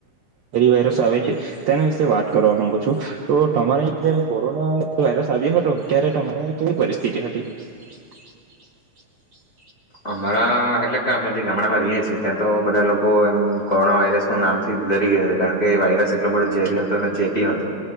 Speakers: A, on the right; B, on the left.
A: વાયરસ આવે છે તેના વિશે વાત કરવા માંગુ છું, તો તમારે અ જયારે કોરોના વાયરસ આવ્યો હતો ત્યારે તમારી અ કેવી પરિસ્થિતિ હતી? <inaudible>
B: અમારા એટલે કે અમે જે ગામડામાં રહીએ છીએ, ત્યાં તો બધા લોકો એમ કોરોના વાયરસ ન નામથી ડરી ગયા હતા, કારણ કે એ વાયરસ એટલો બધો ઝેરી હતો અને ચેપી હતો,